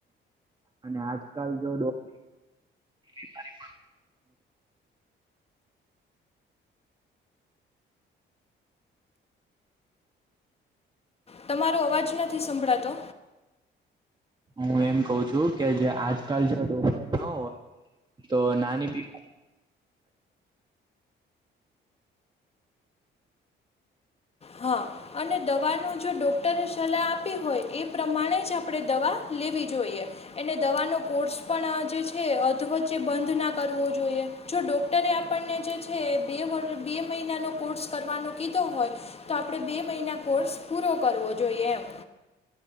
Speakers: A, on the right; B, on the left.
A: અને આજકાલ જો ડોક્ બિમારીમાં
B: તમારો અવાજ નથી સંભળાતો.
A: હું એમ કઉ છું, કે જે આજકાલ જો ડોક્ટર ન હોત તો નાની બીમ
B: હા, અને દવાનું જો ડૉક્ટરે સલાહ આપી હોય, એ પ્રમાણે જ આપણે દવા લેવી જોઈએ. એને દવાનો કોર્સ પણ આ જે છે, એ અધવચ્ચે બંધ ના કરવો જોઈએ. જો ડૉક્ટરે આપણને જે છે એ બે વરહ બે મહિનાનો કોર્સ કરવાનો કીધો હોય તો આપણે બે મહિના કોર્સ પૂરો કરવો જોઈએ એમ.